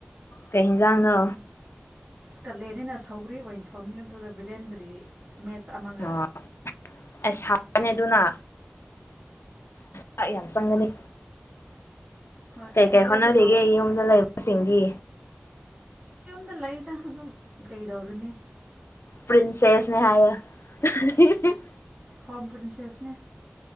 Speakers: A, on the left; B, on the right.
A: ꯀꯩ ꯍꯦꯟꯖꯥꯡꯅꯣ
B: ꯀꯥꯂꯦꯟꯅꯤꯅ ꯁꯧꯒ꯭ꯔꯤ ꯑꯣꯏꯅ ꯊꯣꯡꯉꯤ ꯑꯗꯨꯒ ꯕꯤꯂꯦꯟꯗ꯭ꯔꯤ ꯃꯦꯠꯄ ꯑꯃꯒ
A: ꯑꯣ ꯑꯁ ꯍꯥꯎꯕꯅꯤ ꯑꯗꯨꯅ ꯆꯥꯛ ꯌꯥꯝ ꯆꯪꯒꯅꯤ
B: ꯍꯣꯏ
A: ꯀꯩ
B: ꯁꯧꯒ꯭ꯔꯤꯗꯤ
A: ꯀꯩ ꯍꯣꯠꯅꯔꯤꯒꯦ
B: ꯍꯥꯎꯋꯦ ꯑꯗꯨꯝ
A: ꯌꯨꯝꯗ ꯂꯩꯕꯁꯤꯡꯗꯤ
B: ꯑꯗꯨ ꯂꯩꯗ ꯑꯗꯨꯝ ꯀꯩꯗꯧꯔꯨꯅꯤ
A: ꯄ꯭ꯔꯤꯟꯁꯦꯁꯅꯦ ꯍꯥꯏꯌꯣ <inaudible>
B: ꯍꯣ ꯄ꯭ꯔꯤꯟꯁꯦꯁꯅꯦ